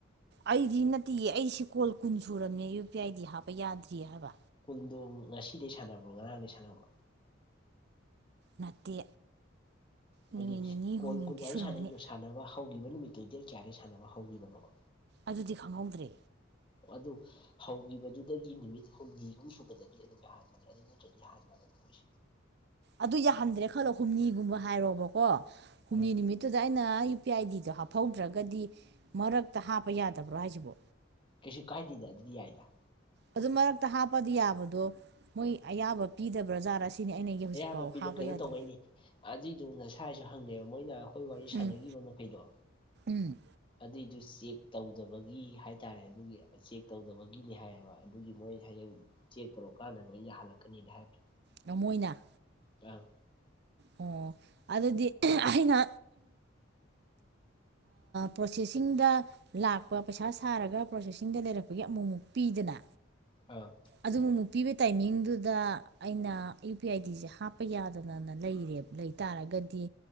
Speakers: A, on the right; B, on the left.
A: ꯑꯩꯗꯤ ꯅꯠꯇꯦꯌꯦ ꯑꯩꯁꯤ ꯀꯣꯜ ꯀꯨꯟ ꯁꯨꯔꯕꯅꯦ ꯌꯨ ꯄꯤ ꯑꯥꯏꯗꯤ ꯍꯥꯞꯄ ꯌꯥꯗ꯭ꯔꯤ ꯍꯥꯏꯕ
B: ꯀꯨꯟꯗꯣ ꯉꯁꯤꯗꯒꯤꯩ ꯁꯥꯟꯅꯕꯣ ꯉꯔꯥꯡꯗꯒꯤꯩ ꯁꯥꯟꯅꯕꯣ
A: ꯅꯠꯇꯦ ꯅꯨꯃꯤꯠ
B: ꯍꯥꯏꯗꯤ
A: ꯅꯤꯅꯤ
B: ꯀꯣꯜ
A: ꯍꯨꯝꯅꯤꯃꯨꯛꯇꯤ
B: ꯀꯨꯟ ꯋꯥꯔꯤꯔꯤ
A: ꯁꯨꯔꯝꯃꯅꯤ
B: ꯁꯥꯟꯅꯔꯤꯗꯣ ꯁꯥꯟꯅꯕ ꯍꯧꯈꯤꯕ ꯅꯨꯃꯤꯠꯇꯨ ꯗꯦꯠ ꯀꯌꯥꯗꯒꯤꯩ ꯁꯥꯟꯅꯕ ꯍꯧꯈꯤꯕꯅꯣꯕ
A: ꯑꯗꯨꯗꯤ ꯈꯪꯍꯧꯗ꯭ꯔꯦ
B: ꯑꯗꯨ ꯍꯧꯈꯤꯕꯗꯨꯗꯒꯤ ꯅꯨꯃꯤꯠ ꯍꯨꯝꯅꯤꯍꯨꯝ ꯁꯨꯕꯗꯒꯤ ꯑꯗꯨꯝ ꯌꯥ ꯍꯥꯟꯕꯅꯦ ꯑꯗꯨ ꯅꯠꯇ꯭ꯔꯗꯤ ꯍꯥꯟꯕꯅꯤ ꯃꯣꯏꯁꯦ
A: ꯑꯗꯨ ꯌꯥꯍꯟꯗ꯭ꯔꯦ ꯈꯜꯂꯣ ꯍꯨꯝꯅꯤꯒꯨꯝꯕ ꯍꯥꯏꯔꯣꯕꯀꯣ ꯍꯨꯝꯅꯤ
B: ꯑꯥ
A: ꯅꯨꯃꯤꯠ ꯑꯗꯨꯗ ꯑꯩꯅ ꯌꯨ ꯄꯤ ꯑꯥꯏ ꯗꯤꯗꯣ ꯍꯥꯞꯍꯧꯗ꯭ꯔꯒꯗꯤ ꯃꯔꯛꯇ ꯍꯥꯞꯄ ꯌꯥꯗꯕ꯭ꯔꯣ ꯍꯥꯏꯁꯤꯕꯣ
B: ꯀꯩꯁꯨ ꯀꯥꯏꯗꯦꯗ ꯑꯗꯨꯗꯤ ꯌꯥꯏꯗ
A: ꯑꯗꯨ ꯃꯔꯛꯇ ꯍꯥꯞꯄꯗꯤ ꯌꯥꯕꯗꯣ ꯃꯣꯏ ꯑꯌꯥꯕ ꯄꯤꯗꯕ꯭ꯔꯥꯖꯥꯠꯔꯥ ꯁꯤꯅꯤ ꯑꯩꯅ ꯍꯧꯖꯤꯛꯐꯥꯎ
B: ꯑꯌꯥꯕ ꯄꯤꯗꯣ
A: ꯍꯥꯞꯄ
B: ꯀꯩꯅꯣ
A: ꯌꯥꯗꯦ
B: ꯇꯧꯧꯕꯩꯅꯤ ꯑꯗꯨꯏꯗꯨ ꯅꯁꯥꯏꯁꯨ ꯍꯪꯉꯦꯕ ꯃꯣꯏꯅ ꯑꯩꯈꯣꯏ ꯋꯥꯔꯤ
A: ꯎꯝ
B: ꯁꯥꯟꯅꯈꯤꯕ ꯃꯈꯩꯗꯣ
A: ꯎꯝ
B: ꯑꯗꯨꯏꯗꯨ ꯆꯦꯛ ꯇꯧꯗꯕꯒꯤ ꯍꯥꯏꯇꯥꯔꯦ ꯑꯗꯨꯒꯤ ꯆꯦꯛ ꯇꯧꯗꯕꯒꯤꯅꯤ ꯍꯥꯏꯌꯦꯕ ꯑꯗꯨꯒꯤ ꯃꯣꯏ ꯍꯌꯦꯡ ꯆꯦ ꯇꯧꯔꯛ ꯀꯥꯟꯗ ꯅꯣꯏ ꯌꯥ ꯍꯜꯂꯛꯀꯅꯤꯅꯦ ꯍꯥꯏꯕ
A: ꯅꯃꯣꯏꯅ
B: ꯑ
A: ꯑꯣ ꯑꯗꯨꯗꯤ ꯑꯩꯅ ꯄ꯭ꯔꯣꯁꯦꯁꯤꯡꯗ ꯂꯥꯛꯄ ꯄꯩꯁꯥ ꯁꯥꯔꯒ ꯄ꯭ꯔꯣꯁꯦꯁꯤꯡꯗ ꯂꯩꯔꯛꯄꯒꯤ ꯑꯃꯨꯛꯃꯨꯛ ꯄꯤꯗꯅ
B: ꯑꯥ
A: ꯑꯗꯨꯕꯨ ꯑꯃꯨꯛ ꯄꯤꯕ ꯇꯥꯏꯃꯤꯡꯗꯨꯗ ꯑꯩꯅ ꯌꯨ ꯄꯤ ꯑꯥꯏ ꯗꯤꯁꯦ ꯍꯥꯞꯄ ꯌꯥꯗꯅꯅ ꯂꯩꯔꯦꯕ ꯂꯩ ꯇꯥꯔꯒꯗꯤ